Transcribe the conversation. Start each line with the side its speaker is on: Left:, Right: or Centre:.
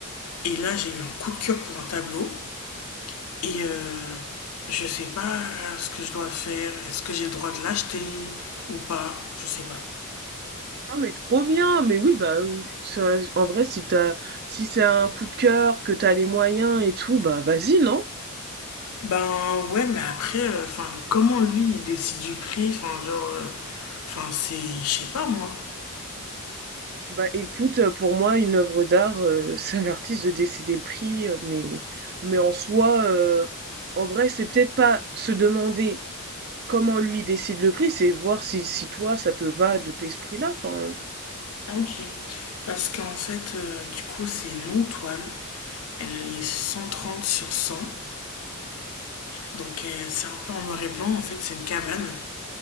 Left: Et là, j'ai eu un coup de cœur pour un tableau. Et euh, je sais pas ce que je dois faire. Est-ce que j'ai le droit de l'acheter ou pas Je sais pas.
Right: Ah mais trop bien, mais oui bah euh, ça- en vrai si t'as si c'est un coup de cœur, que t'as les moyens et tout, bah vas-y non?
Left: Ben ouais, mais après, euh, enfin, comment lui il décide du prix, enfin genre, euh, enfin c'est, je sais pas moi.
Right: Bah écoute, euh, pour moi une œuvre d'art, euh, <laughs> c'est à l'artiste de décider le prix, euh, mais mais en soi, euh, en vrai c'est peut-être pas se demander comment lui décide le prix, c'est voir si si toi ça te va de payer ce prix-là. Enfin
Left: Ok. Parce qu'en fait, euh, du coup, c'est non toile. Elle est cent trente sur cent Donc euh, c'est un peu en noir et blanc. En fait, c'est une cabane